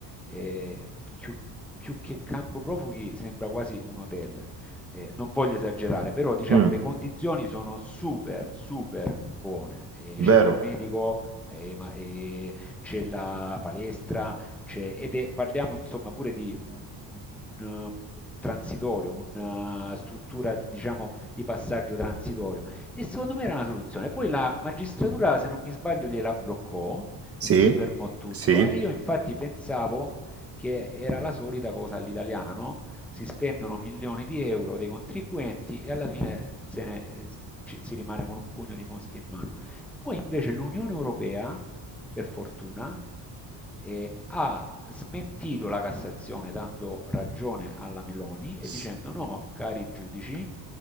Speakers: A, in the centre; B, on the right.
A: eh, più, più che campo profughi sembra quasi un hotel. Eh, non voglio esagerare, però diciamo
B: Mm.
A: le condizioni sono super, super buone. Eh, centro
B: Vero.
A: medico, eh, ma- eh, c'è la palestra, c'è- ed è- parliamo insomma pure di un, un- un, eh, transitorio, una struttura diciamo di passaggio transitorio. E secondo me era una soluzione. Poi la magistratura, se non mi sbaglio, gliela bloccò,
B: Sì.
A: quindi si fermò tutto.
B: Sì.
A: E io infatti pensavo che era la solita cosa all'italiana, no? Si spendono milioni di euro dei contribuenti e alla fine se ne- ci- si rimane con un pugno di mosche in mano. Poi invece l'Unione Europea, per fortuna, eh, ha smentito la Cassazione dando ragione alla Meloni e
B: Sì.
A: dicendo no, cari giudici,